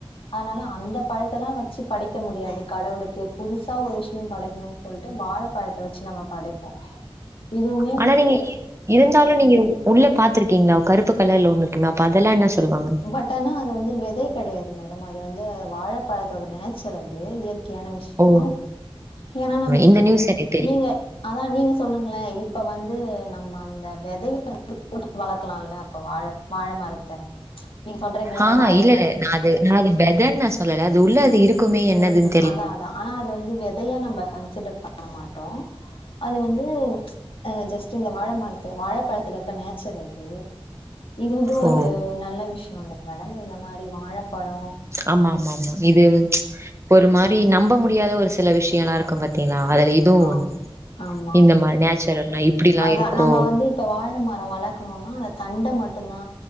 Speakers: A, on the left (about 65°); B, on the right (about 30°).
A: அதனால அந்த பழத்தலாம் வச்சு படைக்க முடியாது கடவுளுக்கு புதுசா ஒரு விஷயம் படைக்கணும்னு சொல்ட்டு வாழைப்பழத்த வச்சு நாம படைப்போ இதுவுமே
B: ஆனா
A: வந்து
B: நீங்க ஏ இருந்தாலும் நீங்க உள்ள பாத்துருக்கீங்களா கருப்பு கலர்ல ஒன்னு இக்குங்களா அப்ப அதல்லா என்ன சொல்வாங்க
A: பட் ஆனா அது வந்து விதை கெடையாது மேடம் அது வந்து வாழப்பழத்தோட நேச்சர் அது இயற்க் கையான விஷயோ
B: ஓ
A: ஏனா நம்ம
B: இந்த நியூஸ் எடு
A: நீங்க அதா நீங்க சொல்லுங்களே இப்ப வந்து நம்ம அந்த வெதைய <unintelligible> போட்டு வளக்குலால்ல அப்ப வாழ வாழ மரத்த நீங்க சொல்றீங்கல்ல
B: ஆ
A: இந்த வாழைப்பழத்துல
B: ஆ இல்ல இல்ல நா அது
A: குட்டியா
B: நா அது வெதன்னு நா சொல்லல அது உள்ள அது இருக்குமே என்னதுன்
A: ம் அதா அதா ஆனா அது வந்து வெதையா நம்ம கன்சிடர் பண்ண மாட்டோ அது வந்து அ ஜஸ்ட்டு இந்த வாழ மரத்து வாழைப்பழத்துல இருக்க நேச்சர் அது இது வந்து ஒரு
B: ஓ
A: நல்ல விஷயோ இல்ல மேடம் இந்த மாரி வாழப்பழோ
B: ஆமா ஆமா ஆமா இது ஒரு மா ப்டி நம்ப முடியாத ஒரு சில விஷயலா இருக்கும் பாத்தீங்களா அதுல இத் துவு
A: ஆம்
B: ஒன்
A: ஆமா
B: இந்த
A: ஆமா
B: மாரி நேச்சுரல்னா இப்புடில்லா
A: அதா
B: இருக்கோ
A: நம்ம வந்து இப்ப வாழ‌ மரம் வளக்குணும்னா அந்த தண்ட மட்டும்தா